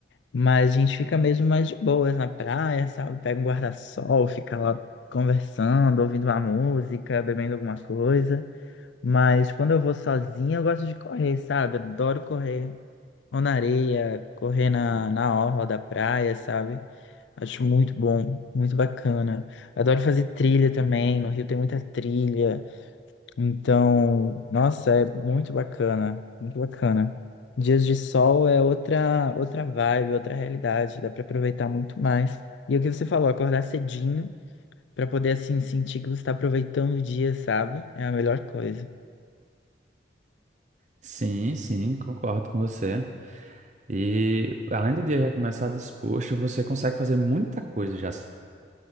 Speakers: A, on the left; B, on the right.
A: Mas a gente fica mesmo mais de boas na praia, sabe? Pega um guarda-sol, fica lá conversando, ouvindo uma música, bebendo alguma coisa. Mas quando eu vou sozinha, eu gosto de correr, sabe? Adoro correr. ou na areia, correr na, na orla da praia, sabe? Acho muito bom, muito bacana. Adoro fazer trilha também, no Rio tem muita trilha. Então, nossa, é muito bacana, muito bacana. Dias de sol é outra outra vibe, outra realidade, dá para aproveitar muito mais. E é o que você falou, acordar cedinho para poder assim sentir que você está aproveitando o dia, sabe? É a melhor coisa.
B: Sim, sim, concordo com você. E além do dia já começar disposto, você consegue fazer muita coisa já. Por